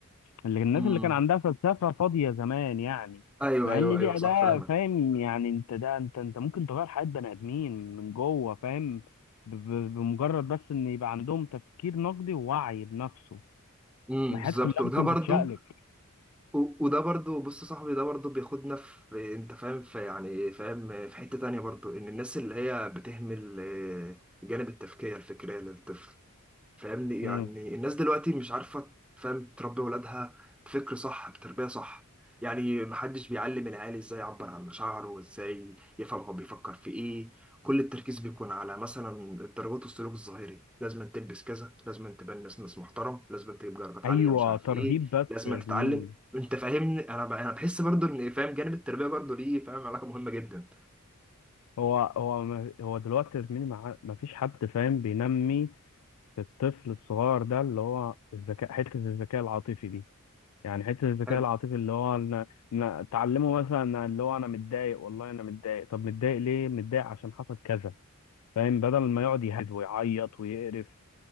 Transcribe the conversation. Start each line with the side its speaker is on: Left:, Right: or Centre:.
Left: اللي الناس
Centre: امم
Left: اللي كان عندها فلسفة فاضية زمان يعني
Centre: ايوه
Left: مع
Centre: ايوه
Left: ان
Centre: ايوه
Left: دي
Centre: صح
Left: أداة
Centre: فاهمك
Left: فاهم يعني انت ده انت انت ممكن تغير حياة بني آدمين من جوه فاهم ب- ب- بمجرد بس ان يبقى عندهم تفكير نقدي ووعي بنفسه
Centre: امم
Left: ما الحياة
Centre: بالظبط
Left: كلها
Centre: وده
Left: ممكن
Centre: برضه
Left: تتشقلب
Centre: و- وده برضو بص يا صاحبي ده برضو بياخدنا في انت فاهم في يعني فاهم في حتة تانية برضو ان الناس اللي هي بتهمل آه، جانب التفكير الفكري للطفل فاهمني يعني
Left: مم.
Centre: الناس دلوقتي مش عارفة فاهم تربي ولادها بفكر صح بتربية صح يعني محدش بيعلم العيال ازاي يعبر عن مشاعره وازاي يفهم هو بيفكر في ايه كل التركيز بيكون على مثلا الدرجات والسلوك الظاهري لازم تلبس كذا لازم تبان ناس ناس محترم لازم تجيب درجات
Left: ايوه
Centre: عالية مش عارف
Left: ترهيب
Centre: ايه
Left: بس
Centre: لازم
Left: يا
Centre: تتعلم
Left: زميلي
Centre: انت فاهمني انا ب... انا بحس برضو ان فاهم جانب التربية برضو ليه فاهم علاقة مهمة جدا
Left: هو هو ما- هو دلوقتي يا زميلي ما ما فيش حد فاهم بينمي في الطفل الصغير ده اللي هو الذكاء حتة الذكاء العاطفي دي يعني حته الذكاء
Centre: حلو
Left: العاطفي اللي هو انا أنا تعلمه مثلا أنا اللي هو انا متضايق والله انا متضايق طب متضايق ليه متضايق عشان حصل كذا فاهم بدل ما يقعد يهد ويعيط ويقرف